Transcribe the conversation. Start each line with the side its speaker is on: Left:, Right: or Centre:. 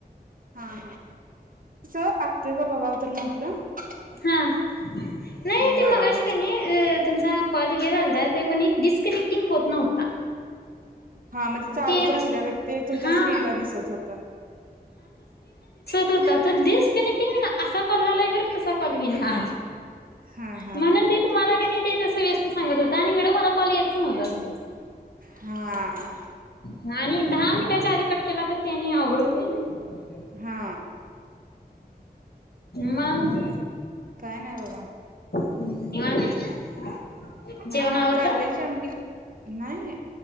Right: हां सह, लागतोय का बघावं तर म्हटलं. <unintelligible>
Left: हां नई ते
Right: लागला
Left: मगाशी कनई अ त्यांचा कॉल हे झालता तेपनी. डिस्कनेक्टिंग होत नव्हता.
Right: हां मंजे चालूच
Left: ते
Right: राहिल्यागत ते तुमच्या
Left: हा
Right: स्क्रीन ला दिसत होत.
Left: <inaudible> तो डिस्कनेक्टिंग हुयना असा कॉल व्हायलाय <unintelligible> कॉल व्हीना
Right: हा हा
Left: म्हणून ते तुम्हाला किनाई ते तस व्यस्त सांगत होता आणि इकडं मला कॉल येतच नव्हता
Right: हा
Left: हां आणि दहा मिनिटे तुमच्या आधी कट केला तर त्यांनी अवघड होतय नई
Right: हां
Left: मंग <inaudible>
Right: काय नाय बघा
Left: निवांत
Right: हां
Left: जेवण आवरलं?
Right: कारल्याची आमटी न्हाई